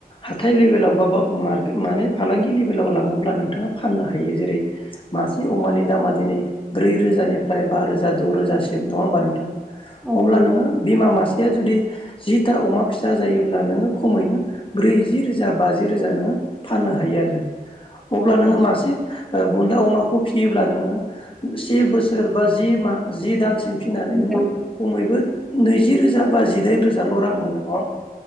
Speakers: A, on the left (about 35°); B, in the centre.
A: हाथाय लेभेलाव बाबाक माने फालांगि लेभेलाव लाङोब्ला नोंथाङा फाननो हायो जेरै मासे अमानि दामा दिनै ब्रै रोजानिफ्राय बा रोजा द' रोजासिम नङा होमबा नोंथां?
B: औ
A: अब्ला
B: नंगौ
A: नोङो बिमा मासेया जुदि जिथा अमा फिसा जायोब्ला नोङो खमैनो ब्रै जि रोजा बाजि रोजा नोङो फाननो हायो आरो अब्ला
B: नंगौ
A: नोङो मासे बुन्दा अमाखौ फियोब्ला नोङो से बोसोर बा जि माह जि दानसिम फिनानै
B: मोजां
A: नोङो खमैबो नैजि रोजा बा जिदाइन रोजाल' रां मोनो नङा होमबा।